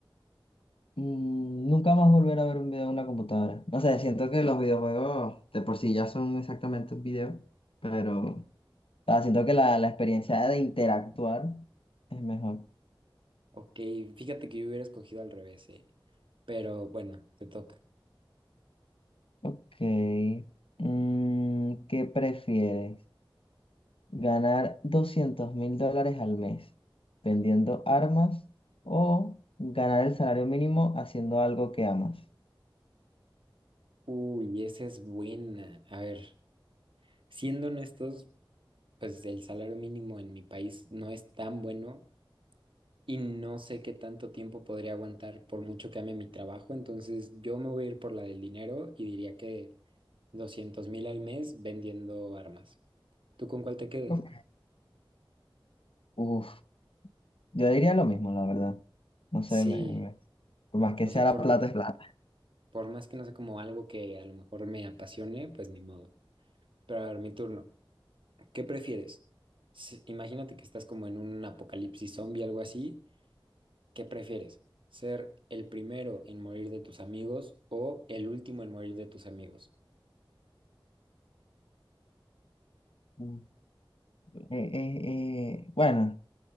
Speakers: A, on the left; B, on the right.
A: Mm, Nunca más volver a ver un video en una computadora. No sé, siento que los videojuegos de por sí ya son exactamente un video, pero... Ah, siento que la, la experiencia de interactuar es mejor.
B: Ok, fíjate que yo hubiera escogido al revés, ¿eh? Pero bueno, te toca.
A: Ok. Mm, ¿qué prefieres? ¿Ganar doscientos mil dólares al mes vendiendo armas o ganar el salario mínimo haciendo algo que amas?
B: Uy, esa es buena. A ver, siendo honestos. pues el salario mínimo en mi país no es tan bueno y no sé qué tanto tiempo podría aguantar por mucho que ame mi trabajo. Entonces yo me voy a ir por la del dinero y diría que doscientos mil al mes vendiendo armas. ¿Tú con cuál te quedas?
A: Ok. Uf, yo diría lo mismo, la verdad. No sé,
B: Sí,
A: me, me- por más que
B: o
A: sea
B: sea,
A: la
B: por,
A: plata es plata.
B: por más que no sea como algo que a lo mejor me apasione, pues ni modo. Pero a ver, mi turno. ¿Qué prefieres? S- Imagínate que estás como en un apocalipsis zombie, algo así, ¿Qué prefieres? ¿Ser el primero en morir de tus amigos o el último en morir de tus amigos?
A: Mm. Eh, eh, eh, bueno,